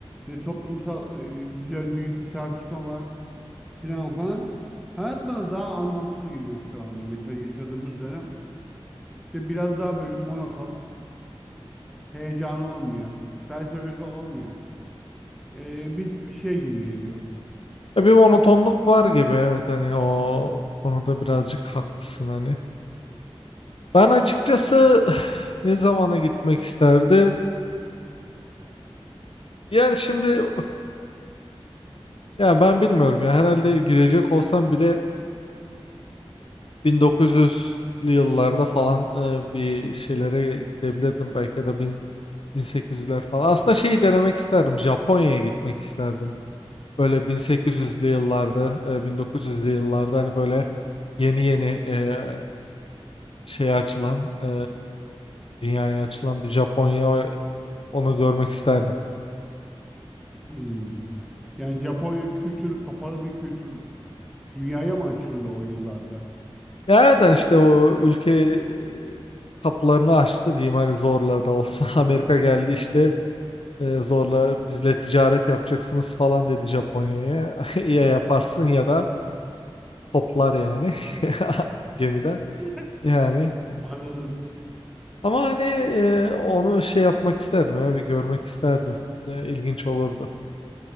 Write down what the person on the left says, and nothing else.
E, Bir monotonluk var gibi evet hani o konuda birazcık haklısın hani. Ben açıkçası <sighs> ne zamana gitmek isterdim? Yani şimdi ya ben bilmiyorum ya herhalde gidecek olsam bile 1900'lü yıllarda falan e, bir şeylere gidebilirdim belki ya da 1800'ler falan. Aslında şeyi denemek isterdim. Japonya'ya gitmek isterdim. Böyle 1800'lü yıllarda, e, 1900'lü yıllarda hani böyle yeni yeni e, şey açılan, e, dünyaya açılan bir Japonya o- onu görmek isterdim.
Ya evet hani işte o ülke e, kapılarını açtı diyeyim hani zorla da olsa <laughs> Amerika geldi işte e, zorla bizle ticaret yapacaksınız falan dedi Japonya'ya. <laughs> Ya yaparsın ya da toplar yani. <laughs> gemiden.
Yani
ama hani e, onu şey yapmak isterdim ya bir görmek isterdim. E, ilginç olurdu.